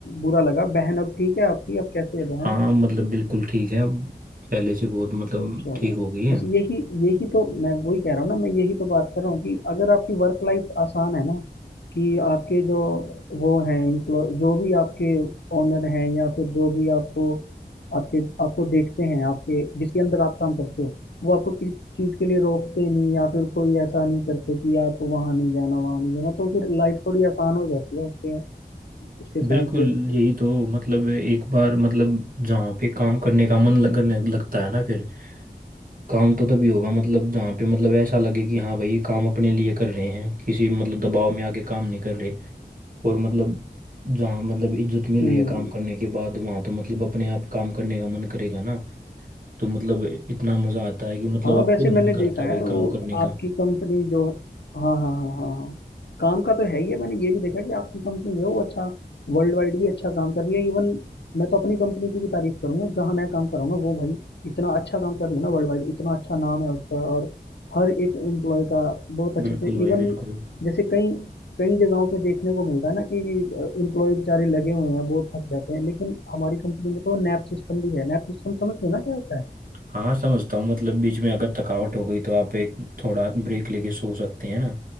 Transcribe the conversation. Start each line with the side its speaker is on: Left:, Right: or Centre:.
Left: बुरा लगा बहन अब ठीक है आपकी अब कैसे है बहन
Right: हाँ मतलब बिल्कुल ठीक है अब पहले से बहुत मतलब
Left: चलो
Right: ठीक हो गई है
Left: बस यही यही तो मैं वही कह रहा हूँ ना मैं यही तो बात कर रहा हूँ कि अगर आपकी वर्क लाइफ आसान है ना कि आपके जो वो हैं एम्प्लॉय जो भी आपके ओनर हैं या फिर जो भी आपको आपके आपको देखते हैं आपके जिसके अंदर आप काम करते हो वो आपको किसी चीज़ के लिए रोकते नहीं या फिर कोई ऐसा नहीं करते कि आप वहाँ नहीं जाना वहाँ नहीं जाना तो फिर लाइफ थोड़ी आसान हो जाती है उसके उसके साथ
Right: बिल्कुल
Left: फिर
Right: यही तो मतलब एक बार मतलब जहाँ पे काम करने का मन लग- करने लगता है ना फिर काम तो तभी होगा मतलब जहाँ पे मतलब ऐसा लगे कि हाँ भाई काम अपने लिए कर रहे हैं किसी मतलब दबाव में आके काम नहीं कर रहे और मतलब जहाँ मतलब इज्जत मिल
Left: हम्म
Right: रही है काम करने के बाद वहाँ तो मतलब अपने आप काम करने का मन करेगा ना तो मतलब इतना मज़ा आता है कि मतलब
Left: हाँ
Right: आप
Left: वैसे
Right: खुद
Left: मैंने
Right: मन करता
Left: देखा
Right: है भाई
Left: है वो
Right: काम करने
Left: आपकी
Right: का
Left: कंपनी जो हाँ हाँ हाँ हाँ हाँ काम का तो है ही है मैंने ये भी देखा कि आपकी कंपनी जो है वो अच्छा वर्ल्ड वाइड भी अच्छा काम कर रही है इवन मैं तो अपनी कंपनी की भी तारीफ करूंगा जहाँ मैं काम कर रहा हूँ ना वो भाई इतना अच्छा काम कर रही है ना वर्ल्ड वाइड इतना अच्छा नाम है उसका और हर एक एम्प्लॉय का बहुत अच्छे
Right: बिल्कुल
Left: से
Right: भाई
Left: इवन
Right: बिल्कुल
Left: जैसे कई कई जगहों पे देखने को मिलता है ना कि एम्प्लॉय बेचारे लगे हुए हैं बहुत थक जाते हैं लेकिन हमारी कंपनी में तो नैप सिस्टम भी है नैप सिस्टम समझते हो ना क्या होता है
Right: हाँ समझता हूँ मतलब बीच में अगर थकावट हो गई तो आप एक थोड़ा ब्रेक लेके सो सकते हैं ना